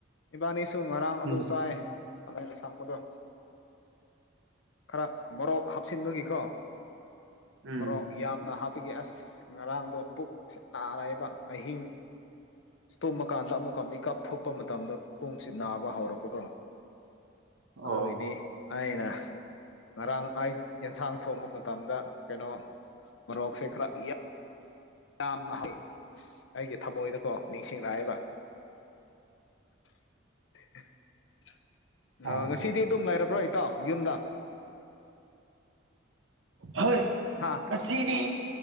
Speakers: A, on the left (about 70°); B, on the right (about 85°).
A: ꯏꯕꯥꯅꯤꯁꯨ ꯉꯔꯥꯡ ꯑꯗꯨ
B: ꯎꯝ
A: ꯆꯥꯏ ꯈꯥꯃꯦꯟ ꯑꯁꯥꯡꯕꯗꯣ ꯈꯔ ꯃꯣꯔꯣꯛ ꯍꯥꯞꯆꯤꯟꯕꯒꯤꯀꯣ
B: ꯎꯝ
A: ꯃꯣꯔꯣꯛ ꯌꯥꯝꯅ ꯍꯥꯞ ꯄꯒꯤ ꯑꯁ ꯉꯔꯥꯡꯗꯣ ꯄꯨꯛꯁꯦ ꯅꯥꯔꯦꯕ ꯑꯍꯤꯡ ꯏꯁ ꯇꯨꯝꯕꯀꯥꯟꯗ ꯑꯃꯨꯛꯀ ꯃꯤꯀꯞ ꯊꯣꯛꯄ ꯃꯇꯝꯗ ꯄꯨꯡꯁꯤ ꯅꯥꯕ ꯍꯧꯔꯛꯄꯀꯣ
B: ꯑꯣ
A: ꯑꯗꯨꯒꯤꯗꯤ ꯑꯩꯅ ꯉꯔꯥꯡ ꯑꯩ ꯌꯦꯟꯁꯥꯡ ꯊꯣꯡꯕ ꯃꯇꯝꯗ ꯀꯩꯅꯣ ꯃꯣꯔꯣꯛꯁꯦ ꯈꯔ ꯌꯥ ꯌꯥꯝꯅ ꯍꯥꯞꯄꯦ ꯑꯩꯒꯤ ꯊꯃꯣꯏꯗꯀꯣ ꯅꯤꯡꯁꯤꯡꯔꯛꯑꯦꯕ <unintelligible>
B: ꯑꯥ
A: ꯑ ꯉꯁꯤꯗꯤ ꯑꯗꯨꯝ ꯂꯩꯔꯕ꯭ꯔꯣ ꯏꯇꯥꯎ ꯌꯨꯝꯗ
B: ꯍꯣꯏ
A: ꯍꯥ
B: ꯉꯁꯤꯗꯤ